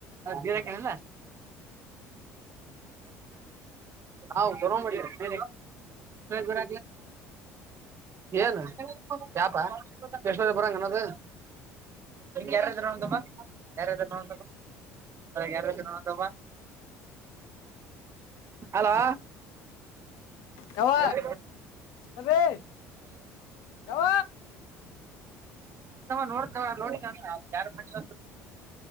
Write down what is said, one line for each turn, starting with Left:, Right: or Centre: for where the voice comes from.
Right: ದರಕಣಲ್ಲ ಹಾವು ಬರಿ ಬೇರೆ ಬರ. ಏನು ಯಾಪಾ ಎಷ್ಣೂರ ಬರಂಗ ಅನ್ನದು. ಯಾರಾದ್ರ ನೋಮ್ಮ ಯಾರಾದೂ ನೋ ಯಾರಾದೂ ನೋಡಂತಮ್ಮ. ಅಲೋ.
Left: ಯವ್ವ
Right: ಲ್ಲ
Left: ಅಬೇ ಯವ್ವ
Right: ನೋಡ. ನ ನೋಡತ ನೋಡಿದ ಯಾರ್ ಮಂದಿ.